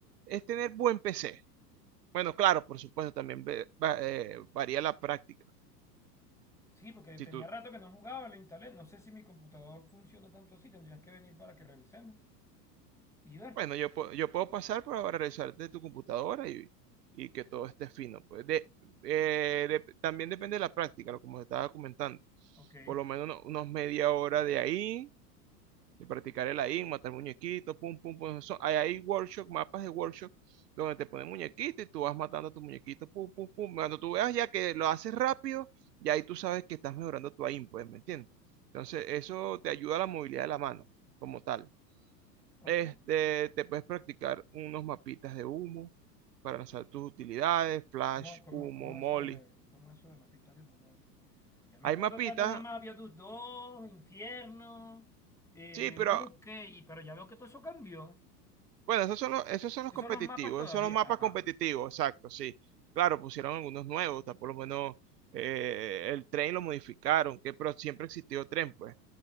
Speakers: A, on the right; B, in the centre.
A: es tener buen PC. Bueno, claro, por supuesto, también ve- va- eh, varía la práctica.
B: Sí, porque
A: Si
B: tenía
A: tú
B: rato que no jugaba, lo instalé. No sé si mi computador funciona tanto así. Tendrías que venir para que revisemos y ver.
A: Bueno, yo, pu- yo puedo pasar para revisar de tu computadora y, y que todo esté fino. Pues de, eh, de- también depende de la práctica, lo como te estaba comentando.
B: Ok,
A: Por lo menos uno- unos media hora de ahí, de practicar el ahí, matar muñequitos, pum, pum, pum. Eso- hay, hay workshop, mapas de workshop, donde te ponen muñequitos y tú vas matando a tus muñequitos, pum, pum, pum. Cuando tú veas ya que lo haces rápido, ya ahí tú sabes que estás mejorando tu aim, pues, ¿me entiendes? Entonces, eso te ayuda a la movilidad de la mano, como tal.
B: ok.
A: Este, te puedes practicar unos mapitas de humo para lanzar tus utilidades, flash,
B: ¿Cómo, cómo,
A: humo,
B: cómo
A: molly.
B: eso de, cómo eso de mapitas de humano? Yo me
A: Hay
B: acuerdo
A: mapitas,
B: que antes nada más había tus dos, Infierno, eh,
A: sí, pero
B: Nuke, y, pero ya veo que todo eso cambió.
A: bueno, esos son los, esos son los
B: Esos
A: competitivos,
B: son los mapas todavía,
A: esos son los mapas
B: ajá.
A: competitivos, exacto, sí. Claro, pusieron algunos nuevos, está por lo menos eh, el tren lo modificaron, que, pero siempre existió tren, pues.